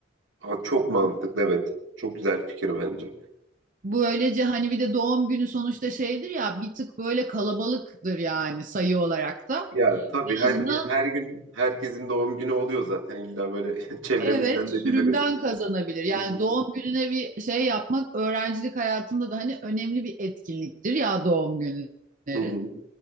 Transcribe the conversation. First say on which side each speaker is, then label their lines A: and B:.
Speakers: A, on the right; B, on the right.
A: Aa, çok mantıklı evet. Çok güzel fikir bence.
B: Böylece hani bir de doğum günü sonuçta şeydir ya bir tık böyle kalabalıktır yani sayı olarak da.
A: Ya tabii
B: En
A: her,
B: azından
A: her gün herkesin doğum günü oluyor zaten illa böyle <laughs> çevremizden
B: evet sürümden
A: de biliriz.
B: kazanabilir. Yani
A: Hı hı,
B: doğum gününe bir şey yapmak öğrencilik hayatında da hani önemli bir etkinliktir ya doğum günleri.
A: hı hı,